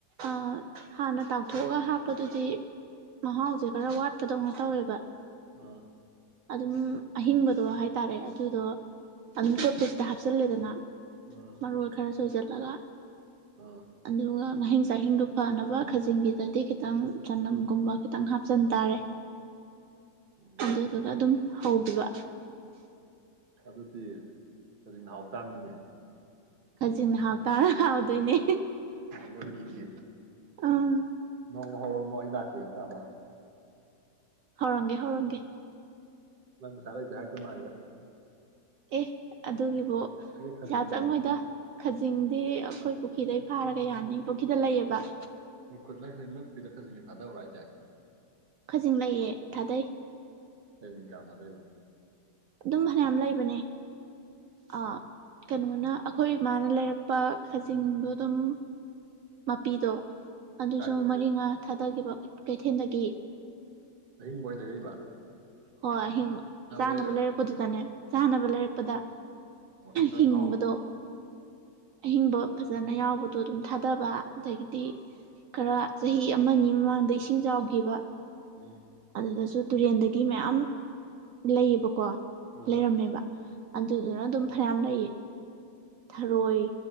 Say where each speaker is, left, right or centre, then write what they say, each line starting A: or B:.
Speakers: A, on the right; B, on the right.
A: ꯑ ꯍꯥꯟꯅ ꯇꯥꯎꯊꯣꯛꯑꯒ ꯍꯥꯞꯄꯗꯨꯗꯤ ꯃꯍꯥꯎꯁꯦ ꯈꯔ ꯋꯥꯠꯄꯗꯧꯅ ꯇꯧꯋꯦꯕ
B: ꯑ
A: ꯑꯗꯨꯝ ꯑꯍꯤꯡꯕꯗꯣ ꯍꯥꯏꯇꯥꯔꯦ ꯑꯗꯨꯗꯣ ꯑꯗꯨꯝ ꯆꯣꯠꯄꯁꯤꯗ ꯍꯥ ꯍꯥꯞꯆꯤꯜꯂꯦꯗꯅ
B: ꯑꯥ
A: ꯃꯔꯣꯏ ꯈꯔ ꯁꯣꯏꯁꯤꯜꯂꯒ
B: ꯑꯥ
A: ꯑꯗꯨꯒ ꯉꯍꯤꯡ ꯆꯥꯍꯤꯡꯗꯣ ꯐꯅꯕ ꯈꯖꯤꯡꯒꯤꯗꯗꯤ ꯈꯤꯇꯪ ꯆꯅꯝ ꯀꯨꯝꯕꯈꯤꯇꯪ ꯍꯥꯞ ꯆꯟ ꯇꯥꯔꯦ
B: ꯎꯝ
A: ꯑꯗꯨꯗꯨꯒ ꯑꯗꯨꯝ ꯍꯧꯒꯤꯕ
B: ꯑꯗꯨꯗꯤ ꯈꯖꯤꯡꯅ ꯍꯥꯎ ꯇꯥꯕꯅꯤꯅꯦ
A: ꯈꯖꯤꯡꯅ ꯍꯥꯎꯇꯥꯔ ꯍꯥꯎꯗꯣꯏꯅꯦ
B: ꯅꯣꯏꯒꯤꯗꯤ
A: ꯑꯪ
B: ꯅꯣꯡꯃ ꯍꯧꯔꯝꯃꯣ ꯑꯩ ꯂꯥꯛꯀꯦ ꯆꯥꯕ
A: ꯍꯧꯔꯝꯒꯦ -ꯍꯧꯔꯝꯒꯦ
B: ꯅꯪ ꯄꯩꯁꯥ ꯂꯩꯇꯦ ꯍꯥꯏꯔꯛꯇꯧ ꯃꯥꯜꯂꯤꯗ
A: ꯑꯦ ꯑꯗꯨꯒꯤꯕꯨ
B: ꯀꯩ ꯈꯖꯤꯡ
A: ꯄꯩꯁꯥ
B: ꯗꯅ
A: ꯆꯪꯉꯣꯏꯗ ꯈꯖꯤꯡꯗꯤ ꯑꯈꯣꯏ ꯄꯨꯈꯤꯗꯩ ꯐꯥꯔꯒ ꯌꯥꯅꯤ ꯄꯨꯈꯤꯗ ꯂꯩꯑꯕ
B: ꯃꯤ ꯈꯨꯠ <unintelligible> ꯅꯣꯏ ꯄꯨꯈꯤꯗ ꯈꯖꯤꯡꯗꯤ ꯊꯥꯗꯕꯔꯣ ꯍꯥꯏꯖꯦ
A: ꯖꯤꯡ ꯂꯩꯌꯦ ꯊꯥꯗꯩ
B: ꯀꯌ꯭ꯥꯝ ꯊꯥꯗꯩꯩꯕ
A: ꯑꯗꯨꯝ ꯐꯅꯌꯥꯝ ꯂꯩꯕꯅꯦ ꯑꯥ ꯀꯦꯅꯣꯅ ꯑꯈꯣꯏ ꯃꯥꯅ ꯂꯩꯔꯛꯄ ꯈꯖꯤꯡꯗꯣ ꯗꯨꯝ ꯃꯄꯤꯗꯣ ꯑꯗꯨꯁꯨ
B: ꯀꯥꯏꯗꯩ ꯂꯩꯔꯛꯏꯕ
A: ꯃꯔꯤꯉꯥ ꯊꯥꯗꯒꯤꯕ ꯀꯩꯊꯦꯟꯗꯒꯤ
B: ꯑꯍꯤꯡꯕ ꯑꯣꯏ ꯂꯩꯔꯛꯏꯕ
A: ꯍꯣ ꯑꯥꯍꯤꯡꯕ ꯆꯥꯅꯕ
B: ꯂꯩꯔꯛꯏꯔ
A: ꯂꯩꯔꯛꯄꯗꯨꯗꯅꯦ
B: ꯅꯠꯇ꯭ꯔꯒ
A: ꯆꯥꯅꯕ ꯂꯩꯔꯛꯄꯗ
B: ꯑꯣ ꯈꯔ
A: ꯍꯤꯡꯕꯗꯣ
B: ꯆꯥꯎꯕꯗꯣ
A: ꯑꯍꯤꯡꯕ ꯐꯖꯅ ꯌꯥꯎꯕꯗꯣ ꯗꯨꯝ ꯊꯥꯗꯕ ꯗꯒꯤꯗꯤ
B: ꯑꯥ
A: ꯈꯔ ꯆꯍꯤ ꯑꯃꯅꯤ ꯃꯃꯥꯡ ꯗ ꯏꯁꯤꯡ ꯆꯥꯎꯒꯤꯕ
B: ꯎꯝ
A: ꯑꯗꯨꯗꯖꯨꯠ ꯇꯨꯔꯦꯟꯗꯩꯩ ꯒꯤ ꯃꯌꯥꯝ ꯂꯩꯑꯕꯀꯣ
B: ꯑꯥ
A: ꯂꯩꯔꯝꯃꯦꯕ ꯑꯗꯨꯗꯨꯅ ꯗꯨꯝ ꯐꯅꯌꯥꯝ ꯂꯩꯌꯦ ꯊꯔꯣꯏ